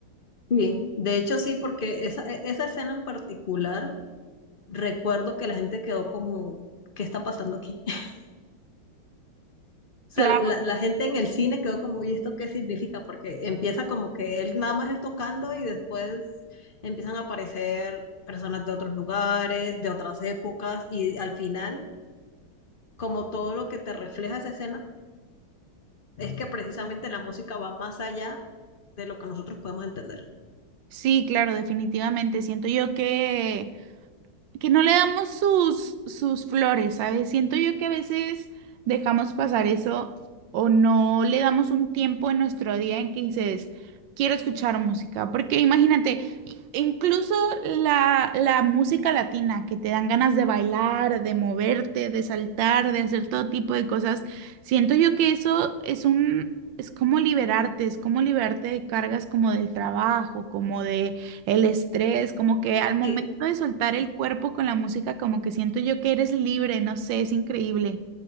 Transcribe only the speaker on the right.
Claro.
Sí, claro, definitivamente. Siento yo que que no le damos sus, sus flores, ¿sabes? Siento yo que a veces dejamos pasar eso o no le damos un tiempo en nuestro día en que dices, quiero escuchar música, porque imagínate, i- incluso la, la música latina, que te dan ganas de bailar, de moverte, de saltar, de hacer todo tipo de cosas, siento yo que eso es un... Es como liberarte, es como liberarte de cargas como del trabajo, como de, el estrés, como que al momento
de soltar el cuerpo con la música, como que siento yo que eres libre, no sé, es increíble.